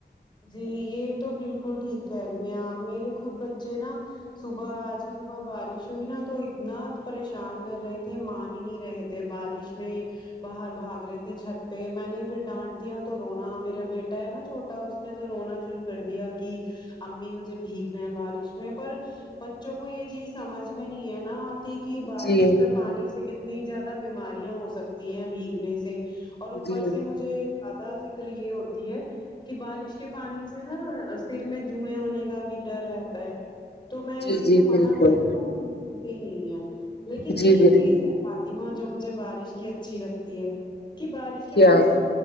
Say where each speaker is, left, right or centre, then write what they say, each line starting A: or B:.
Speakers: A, on the left; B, on the left.
A: جی یہ تو بالکل ٹھیک ہےنی ہے میرے خود بچے نا صبح آج ہی صبح بارش ہوئی نا تو اتنا پریشان کر رہے تھے مان ہی نہیں رہے تھے کہ بارش میں باہر بھاگ رہے تھے چھت پہ میں نے پھر ڈانٹ دیا تو رونا میرا بیٹا ہے نا چھوٹا اس اس نے تو رونا شروع کر دیا کہ امی مجھے بھیگنا ہے بارش میں پر بچوں کو یہ چیز سمجھ میں نہیں ہے نا کی بارش
B: جی
A: کا پانی سے کتنی زیادہ بیماریاں ہو سکتی ہیں بھیگنے سے اور اوپر
B: جی
A: سے مجھے زیادہ فکر یہ ہوتی ہے کہ بارش کے پانی سے نا سر میں جوئیں ہونے کا بھی ڈر رہتا ہے تو میں
B: جی
A: اسی
B: جی
A: لیے منع
B: بالکل
A: کرتی ہوں مانتے ہی نہیں ہیں لیکن
B: جی
A: ایک
B: بال
A: چیز ہے فاطمہ جو مجھے بارش کی اچھی لگتی ہے کہ بارش کے
B: کیا
A: موسم